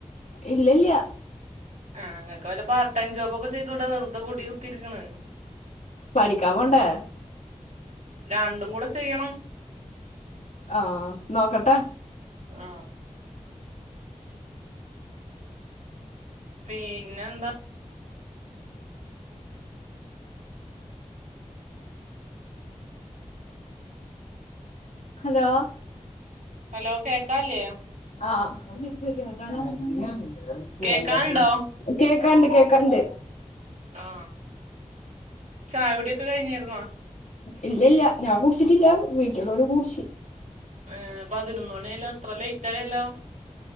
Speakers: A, on the left (about 80°); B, on the right (about 75°).
A: ഇല്ലല്യ.
B: ആ വല്ല പാർട്ട് ടൈം ജോബോക്കെ ചെയ്തൂടെ വെറുതെ കൂടി കുത്തിരിക്ക്ണ്.
A: പഠിക്കാൻ പോണ്ടേ
B: രണ്ടും കൂടെ ചെയ്യണം.
A: ആ നോക്കട്ടെ?
B: ആ പിന്നെ എന്താ?
A: ഹലോ
B: ഹലോ കേകാല്ലേ
A: ആ <unintelligible>
B: കേക്കാണ്ടോ
A: കേക്കാ കണ്ട കേ കണ്ട്
B: ആ ചായ കുടിയൊക്കെ കഴിഞ്ഞിരുന്നോ?
A: ഇല്ല ഇല്ല ഞാൻ കുടിച്ചിട്ടില്ല. വീട്ടുള്ളര് കുടിച്ചി.
B: ഏ പതിനൊന്ന് മണിയാലോ ഇ ത്ര ലേറ്റ് ആയല്ലോ?